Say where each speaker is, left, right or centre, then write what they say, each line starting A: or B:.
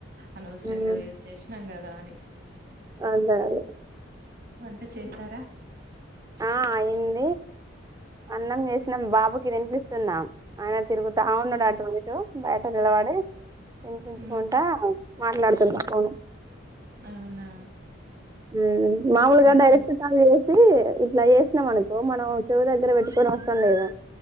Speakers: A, on the right; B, on the right.
A: అనవసరంగా
B: ఉమ్
A: వేస్ట్ చేసినాం కదా అని
B: అదే అదే
A: వంట చేశారా
B: ఆ ఇన్ అన్నం చేసి తిన్నాం బాబుకి తినిపిస్తున్న ఆయన తిరుగుతా అవునుడు అటుటు బయట నిలబడి తినిపించుకుంటా
A: ఉమ్
B: మాట్లాడుతుంన్న ఫోను
A: అవునా
B: హ్మ్ మాములుగ
A: చిన్నపిల్ల
B: డైరెక్ట్ కాల్ జేయ్ <unintelligible> ఇట్ల చేసినాం అనుకో మనం చెవు దగ్గర వెట్టుకోను అవసరం లేదు